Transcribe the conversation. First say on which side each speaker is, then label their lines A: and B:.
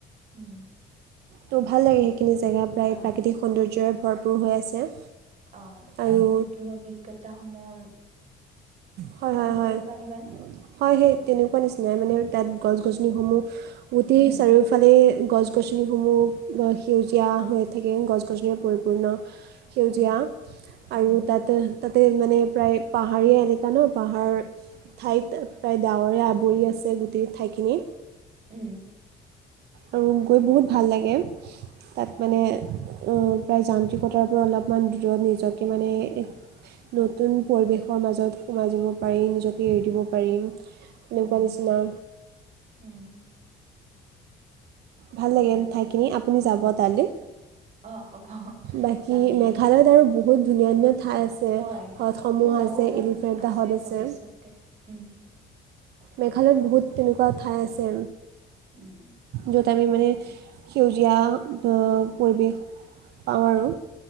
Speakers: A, on the right (about 45°); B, on the right (about 75°).
A: উম।
B: ত' ভাল লাগে সেইখিনি জেগা। প্ৰায়
A: অ',
B: প্ৰাকৃতিক সৌন্দৰ্যৰে ভৰপূৰ হৈ আছে।
A: অহ তাত
B: আৰু
A: নতুন অভিজ্ঞতাসমূহ
B: হয়
A: তুমি
B: হয়
A: কব
B: হয়
A: পাৰিবানে?
B: হয় সেই তেনেকুৱা নিচিনাই। মানে তাত গছ-গছনিসমূহ গোটেই
A: উম,
B: চাৰিওফালে গছ-গছনি সমূহ সেউজীয়া হৈ থাকে গছ গছনিৰ পৰিপূৰ্ণ সেউজীয়া
A: উম, উম,
B: আৰু তাতে তাতে মানে প্ৰায় পাহাৰীয়া এলেকা ন পাহাৰ ঠাইত প্ৰায় ডাৱৰে আৱৰি আছে গোটেই ঠাইখিনি
A: উম,
B: আৰু গৈ বহুত ভাল লাগে তাত
A: হয়,
B: মানে উম প্ৰায় যান্ত্ৰিকতাৰ পৰা অলপমান দূৰত নিজকে মানে এহ নতুন পৰিৱেশৰ মাজত সোমাই যাব পাৰি নিজকে এৰি দিব পাৰিম এনেকুৱা
A: উম,
B: নিচিনা
A: উম,
B: ভাল লাগে
A: হয়,
B: ঠাইখিনি আপুনি
A: অ',
B: যাব তালৈ
A: অ', হ'ব
B: বাকী
A: যাম দিয়ক,
B: মেঘালয়ত আৰু বহুত ধুনীয়া ধুনীয়া ঠাই আছে।
A: হয়,
B: হ্ৰদসমূহ
A: মোৰ যাব
B: আছে
A: মন
B: এলিফেণ্টা হ্ৰদ আছে
A: ভৱিষ্যতে, উম,
B: মেঘালয়ত বহুত তেনেকুৱা ঠাই আছে
A: উম
B: য'ত আমি মানে সেউজীয়া পৰিৱেশ পাওঁ আৰু